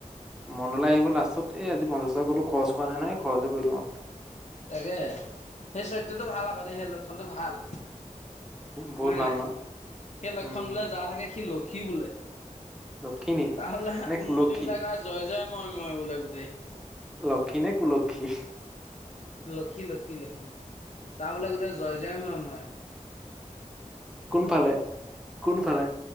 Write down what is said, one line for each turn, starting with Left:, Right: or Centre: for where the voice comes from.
Centre: মনলৈ আহিব লাষ্টত এই আজি পঞ্চাশ টাকতো খৰচ কৰা নাই নহয় খৰচে কৰি দিব।
Left: তাকে সেই চৰিত্ৰটো ভাল আগতে দ সেই লক্ষণটো ভাল।
Centre: বহুত
Left: নাই
Centre: ভাল
Left: - নাই
Centre: ন?
Left: সেই লক্ষণ
Centre: উম,
Left: বোলে যা থাকে সি লক্ষী বোলে।
Centre: লক্ষিণী
Left: তাহলে
Centre: নে কুলক্ষী?
Left: উন্নতি বোলে ক জয় - জয় মই - মই বোলে গোটেই।
Centre: লক্ষী নে কুলক্ষী?
Left: লক্ষী- লক্ষী - লক্ষী তাৰ বোলে গোটেই জয় যাই মই - মই।
Centre: কোনফালে - কোনফালে?